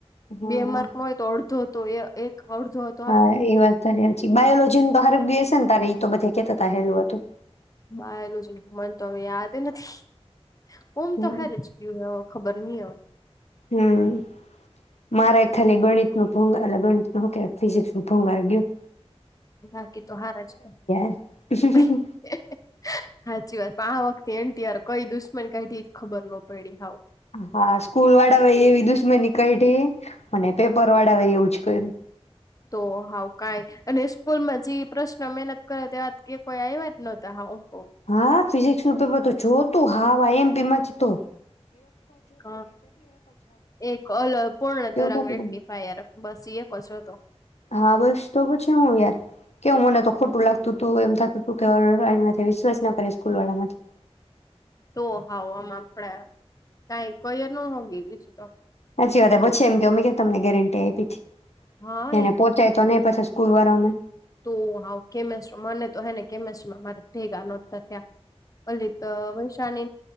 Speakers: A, on the left (about 80°); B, on the left (about 30°).
A: હા
B: બે માર્ક
A: હા
B: હોય તો અડધો. તોય એક અડધો જ.
A: હા એ વાત તારી હા. બાયોલોજી ન તો હારુ ગયું છે. ને તારે એ તો બધે કેતા તા હેલું હતું.
B: બાયોલોજી એલું મન તો હવે યાદ નથી. ઓમ
A: હમ
B: તો હારે જ ગયું હ ખબર. નીય
A: હમ્મ, મારે ખાલી ગણિતનું ભૂગાર ગણિત હું કેવાય ફિઝસ નું ભૂગાર ગીયુ.
B: બાકી તો હારજ ગાય.
A: હે
B: હાચી વાત પણ આ વખતે એ ત્યાર કઈ દુશ્મન કાયધી એ ખબર નો પયડી હાવ.
A: હા, સ્કૂલવાળા ઓયે એવી દુશ્મની કાયધી અને પેપરવાળા ઓયે એવું જ કર્યું.
B: તો હાવ કાઈ અને સ્કૂલમાં જી પ્રશ્ન મહેનત કરે તેવા જ કે કોઈ આવ્યા જ નોતા હાવ. કવ
A: હા થ ફિઝિક્સનું પેપર તો જો તું હાવ આઈ એમ પી માં જ હતું.
B: ક એક અલપૂર્ણ
A: એવું
B: તરંગ
A: થતું
B: વેક્ટિફાયર
A: હતું.
B: બસ <unintelligible> જ હતો.
A: હા, બસ તો પછી હું યાર કેવું મને તો ખોટું લાગતું તું એમ થતું તું કે વિશ્વાસના કરાય સ્કૂલ વાળામાંથી.
B: તો હાવ આમ, આપડે કાઈ કોયે ન હોગી બીજુ તો
A: હાચી વાત એ પછી એમ કે તમને ગેરંટી આપીથી.
B: હા
A: એને
B: એ
A: પોચાયતોને
B: કે
A: પાછા સ કોઈ વાર અમે
B: તો હાવ કેમેસ મને તો હે ને કેમેસ મા મારે ભેગા નોતા થયા.